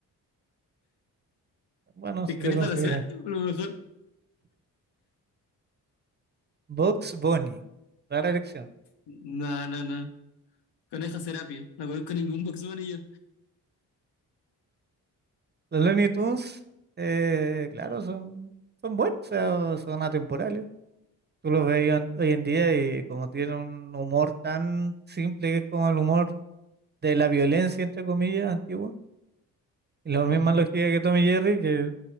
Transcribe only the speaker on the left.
El
conejo
de la suerte, por lo mejor.
No, no, no. Conejo Serapio. No conozco ningún Box Bunny yo.
Ujú.